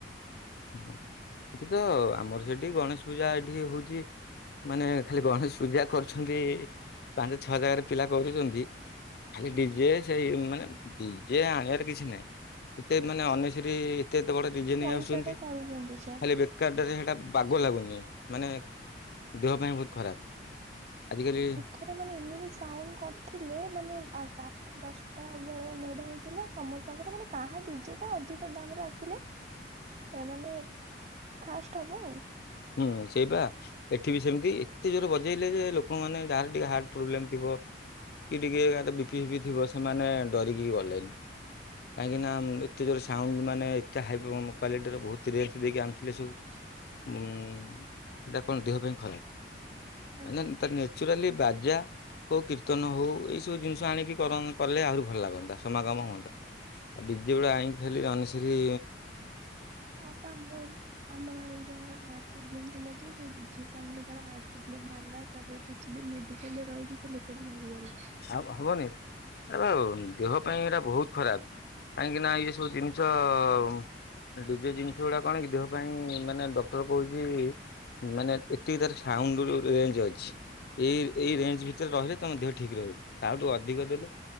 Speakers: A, on the left; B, on the right.
A: ହୁଁ। ସେଠି ତ ଆମର ସେଠି ଗଣେଶ ପୂଜା ଏଠି ହଉଛି। ମାନେ ଖାଲି ଗଣେଶ ପୂଜା କରୁଛନ୍ତି ପାଞ୍ଚ ଛଅ ହଜାର ପିଲା କରୁଛନ୍ତି। ଖାଲି
B: ହେଇଥିଲା।
A: ଡିଯେ ସେଇ ମାନେ ଡିଜେ ଆଣିବାର କିଛି ନାହିଁ। ଏତେ ମାନେ ଅନଶ୍ରୀ ଏତେ ଏତେ ବଡ ନିଜେ ନେଇ
B: ପଇସା
A: ଆସୁଛନ୍ତି।
B: ଟା ସାରୁଛନ୍ତି ଯା
A: ଖାଲି ବେକାର ଟାରେ ହେଟା ବାଗ ଲାଗୁନି। ମାନେ ଦେହ ପାଇଁ ବହୁତ ଖରାପ। ଆଜିକାଲି
B: ଥର ମାନେ ଏମିତି ସାଉଣ୍ଡ କରିଥିଲେ ମାନେ ଆଠ ଦଶଟା ଭଳିଆ ମେଢ ହେଇ ଥିଲା। ସମସ୍ତଙ୍କର ମାନେ କାହା ଡିଜେ ଅଧିକ ଦାମରେ ଆସିଲେ ଏ ମାନେ ଫାଷ୍ଟ ହବ ଆଉ।
A: ହୁଁ ସେଇ ବା। ଏଠି ବି ସେମିତି ଏତେ ଜୋର ବଜେଇଲେ ଯେ ଲୋକମାନେ ଯାହାର ଟିକେ ହାର୍ଟ ପ୍ରୋବ୍ଲେମ ଥିବ କି ଟିକେ ଏ ବି ପି ଫିପି ଥିବ ସେମାନେ ଡରିକି ଗଲେନି। କାହିଁକିନା ଏତେ ଜୋର ସାଉଣ୍ଡ ମାନେ ଏତେ ହାଇ କ୍ୱଲିଟିର ବହୁତ ରେଞ୍ଜ ଦେଇକି ଆଣିଥିଲେ ସବୁ।
B: <unintelligible>
A: ଉଁ ସେଇଟା କଣ ଦେହ ପାଇଁ ଖରାପ।
B: ଆଜ୍ଞା।
A: ମାନେ ତା ନ୍ୟଚୁରାଲି ବାଜା ହଉ କୀର୍ତ୍ତନ ହଉ ଏଇ ସବୁ ଜିନିଷ ଆଣିକି କଲେ ଆହୁରି ଭଲ ଲାଗନ୍ତା ସମାଗମ ହୁଅନ୍ତା। ଆଉ ଡିଜେ ଗୁଡା ଆଣିକି ଖାଲି ଅନସିରି
B: <unintelligible> ଆମ ଗାଁ ରେ ବି ଜଣଙ୍କର ହାର୍ଟ ପ୍ରୋବ୍ଲେମ ଥିଲା ଯେ ସେଇ ଡିଜେ ସାଉଣ୍ଡ ରେ ତାର ହାଟ୍ ପ୍ରୋବ୍ଲେମ ବାହାରିଲା। ତାପରେ କିଛି ଦିନ ମେଡିକାଲରେ ରହିକି ସେ ଲୋକଟା ମରିଗଲା।
A: ଆଉ ହବନି ଏବା ଦେହ ପାଇଁ ଏଇଟା ବହୁତ ଖରାପ। କାହିଁକି ନା ଇଏ ସବୁ ଜିନିଷ ଅ ଆ ଡିଜେ ଜିନିଷ ଗୁଡା କଣ କି ଦେହ ପାଇଁ ମାନେ ଡକ୍ଟର କହୁଚି ମାନେ ଏତିକି ତାର ଫାଉଣ୍ଡୁ ରୁ ରେଞ୍ଜ ଅଛି, ଏଇ ଏଇ ରେଞ୍ଜ ଭିତରେ ରହିଲେ ତମ ଦେହ ଠିକ୍ ରହିବ। ତାଆଠୁ ଅଧିକ ଦେଲେ